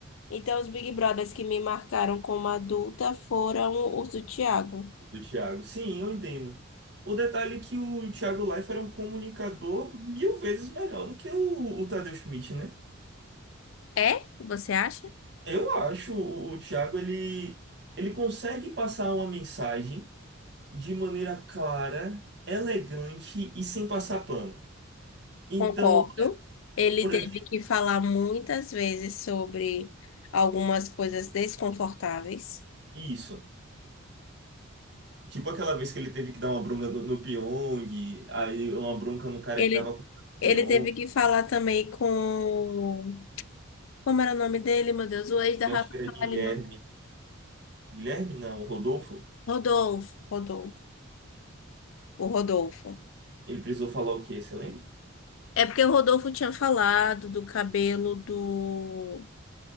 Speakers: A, on the left; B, on the right.
A: Então, os Big Brothers que me marcaram como adulta foram os do Thiago.
B: do Thiago. Sim, eu entendo. O detalhe é que o Thiago Leifert era um comunicador mil vezes melhor do que o, o Tadeu Schmidt, né?
A: É? Você acha?
B: Eu acho o, o Thiago, ele, ele consegue passar uma mensagem de maneira clara, elegante e sem passar pano. Então,
A: Concordo. Ele
B: por
A: teve
B: exemplo,
A: que falar muitas vezes sobre algumas coisas desconfortáveis.
B: isso. Tipo aquela vez que ele teve que dar uma bronca no, no Pyong, aí uma bronca no cara
A: Ele,
B: que tava com o Pyong.
A: ele teve que falar também com. Como era o nome dele, meu Deus? O ex da
B: Acho
A: Rafa
B: que era Guilherme.
A: Kalimann.
B: Guilherme, não, Rodolfo.
A: Rodolfo. Rodolfo. O Rodolfo.
B: Ele precisou falar o quê? Você lembra?
A: É porque o Rodolfo tinha falado do cabelo do.